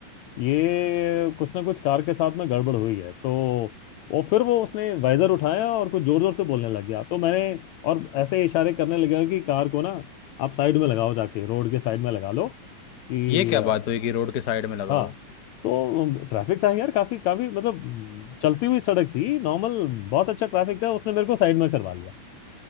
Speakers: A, on the left; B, on the left.
A: ये कुछ ना कुछ कार के साथ में गड़बड़ हुई है तो और फिर वो उसने वाइजर उठाया और कुछ जोर जोर से बोलने लग गया तो मैंने और ऐसे इशारे करने लगा कि कार को ना आप साइड में लगाओ जाके रोड के साइड में लगा लो कि
B: ये क्या
A: अ,
B: बात हुई कि रोड के साइड में लगा
A: हाँ
B: हो
A: तो ट्रैफिक था यार काफी काफी मतलब चलती हुई सड़क थी नॉर्मल बहुत अच्छा ट्रैफिक था उसने मेरे को साइड में करवा लिया